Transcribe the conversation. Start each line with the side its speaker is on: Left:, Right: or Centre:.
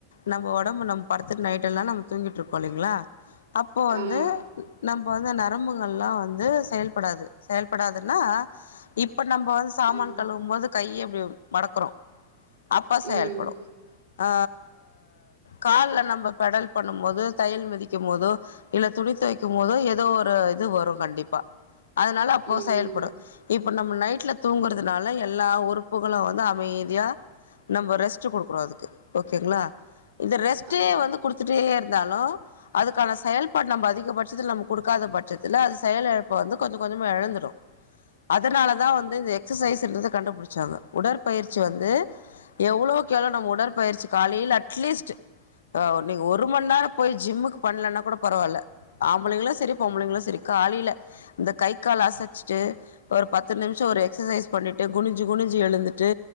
Left: நம்போ ஒடம்பு நம்ம படுத்துட்டு நைட் எல்லா நம்ம தூங்கிட்டு இருக்கோ இல்லிங்களா அப்போ வந்து
Right: ஆமா
Left: நம் அப்ப வந்து நரம்புகள்லா வந்து செயல்படாது செயல் படாதுன்னா இப்ப நம்ப வந்து சாமான்
Right: ம்
Left: கழுவும் போது கைய <unintelligible> மடக்கறோ அப்ப செயல்படு
Right: ம்
Left: ஆ கால்ல நம்ம பெடல் பண்ணும் போது தையல் மிதிக்கும் போதோ இல்ல துணி தொவைக்கும் போதோ ஏதோ ஒரு இது வரும் கண்டிப்பா அதனால அப்போ
Right: ம்
Left: செயல்படு
Right: ஆமா
Left: இப்ப நம்ம நைட்ல தூங்குறதுனால எல்லா உறுப்புகளு வந்து அமைதியா நம்ப ரெஸ்ட்டு குடுக் குறோ அதுக்கு ஓகேங்களா இந்த ரெஸ்ட்டே
Right: ஆமா
Left: வந்து குடுத்துட்டே இருந்தாலு அதுக்கான செயல்பாடு நம்ப அதிகபட்சத்துல நம்ம குடுக்காத பட்சத்துல அது செயலிழப்ப வந்து கொஞ்ச கொஞ்சமா எழந்துடு அதனாலதா
Right: ம்
Left: வந்து இந்த எக்சசைஸ்ன்றத கண்டுபிடிச்சாங்க உடற் பயிற்சி வந்து எவ்ளோக் எவ்ளோ நம்ம உடற்பயிற்சி காலையில அட்லீஸ்ட்டு ஆ இன்னைக்கு ஒரு மண்நேர போய் ஜிம்முக்கு பண்ணலன்னா கூட பரவால்ல ஆம் ம்பளைங்களு சரி பொம்பளைங்களு
Right: ம்
Left: சரி காலைல இந்த கை கால் அசச்சிட்டு ஒரு பத்து நிமிச ஒரு எக்சசைஸ் பண்ணிட்டு குனிஞ்சு குனிஞ்சு ஞ்சி எழுந்துட்டு